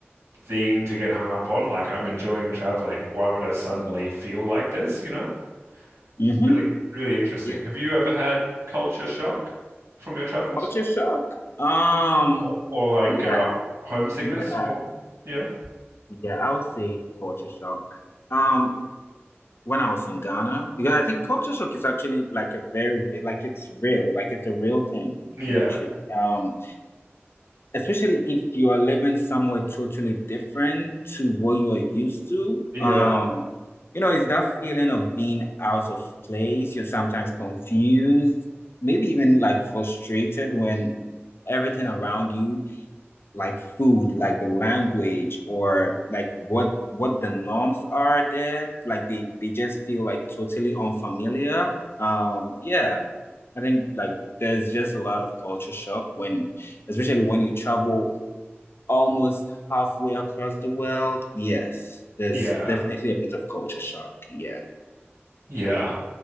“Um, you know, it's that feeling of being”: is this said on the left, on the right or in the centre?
Left